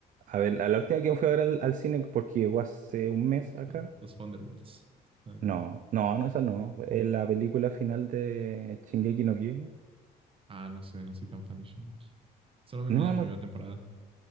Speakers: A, on the right; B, on the right.
A: a ver, a la última que fui a ver al, al cine, porque llegó hace un mes acá.
B: Los, los Thunderbolts. Ah,
A: No,
B: sí.
A: no, no, esa no. Eh, la película final de Shingeki no Kyojin.
B: Ah, no sé, no soy tan fan de Shingeki. Solo me
A: No,
B: vi la
A: no.
B: primera temporada.